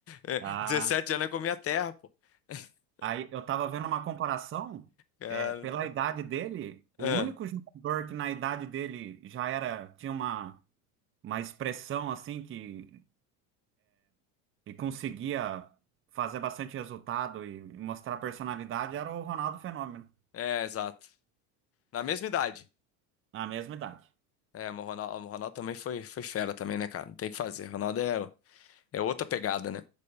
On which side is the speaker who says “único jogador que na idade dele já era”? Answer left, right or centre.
Right